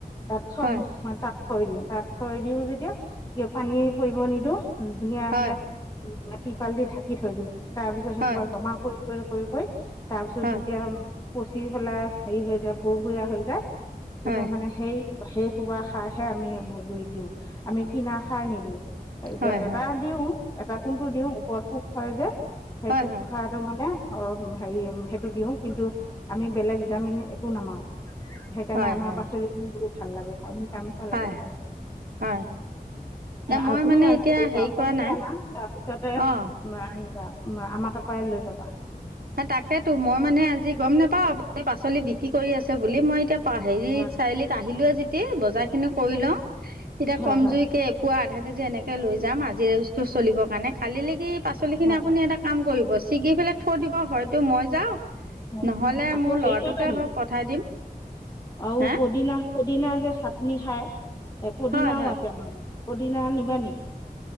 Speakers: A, on the left; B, on the right.
A: তাত চব
B: হয়
A: তাত থৈ দিওঁ। তাত থৈ দিও যেতিয়া পানী পৰিব নিদিওঁ। ধুনীয়াকে
B: হয় হয়
A: তিৰপাল দি ঢাকি থৈ দিওঁ তাৰ পিছত সেই
B: হয়
A: কিবা জমা কৰি কৰি কৰি কৰি। তাৰ পিছত
B: হয়
A: যেতিয়া পচি ফেলাই হেৰি হৈ যায় ভুৰ ভুৰীয়া হৈ যায়। তেতিয়া
B: হয়
A: মানে সেই সেই সোৱা সাৰহে আমি গুৰিত দিওঁ আমি কিনা সাৰ নিদিওঁ। এতিয়া
B: হয় হয়
A: এটা
B: হয়
A: দিও এটা কোনটো দিওঁ ওপৰত পোক খাই যে। সেই
B: হয়
A: পোখ খোৱাটো মানে। অ হেৰি সেইটো দিওঁ কিন্তু আমি বেলেগ বিলামি একো নামাৰোঁ। সেইকাৰণে
B: হয়
A: আমাৰ
B: হয়
A: পাচলি খিনি বহুত ভাল লাগে খাই, মিঠা মিঠা
B: হয়
A: লাগে খাই।
B: হয়। দে মই
A: আৰু তুমি
B: মানে
A: আজি
B: এতিয়া
A: হেৰি কৰা, কমকে
B: নাই
A: আনা তাৰপিছতে
B: অঁ
A: আনিবা। আমাৰ তাৰ পৰাই লৈ যাবা।
B: হা তাকেতো, মই মানে আজি গম নোপাও আপুনি পাচলি বিক্ৰী কৰি আছে বুলি। মই এতিয়া হেৰি
A: হয়
B: চাৰিআলিত আহিলো যেতিয়া বজাৰ খিনি কৰি লওঁ। এতিয়া
A: হয়
B: কমজুৰি
A: হয়
B: কে এপোৱা আধা কেজি এনেকৈ লৈ যাম আজিৰ সাজটো চলিব কাৰণে, কালিলৈ কি পাচলিখিনি
A: হয়
B: আপুনি এটা কাম কৰিব ছিগি পেলাই থৈ দিব, হয়তো মই যাওঁ।
A: হয়
B: নহলে
A: আকৌ
B: মোৰ
A: হেৰি
B: ল'ৰাটোকে
A: কৰিবা নি
B: হয় পঠাই দিম।
A: আৰু
B: হে
A: পদিনা, পদিনা যে চাটনি খায়! এ পুদিনাও
B: হয় হয়
A: আছে আমাৰ ঘৰত। পুদিনা নিবা নেকি?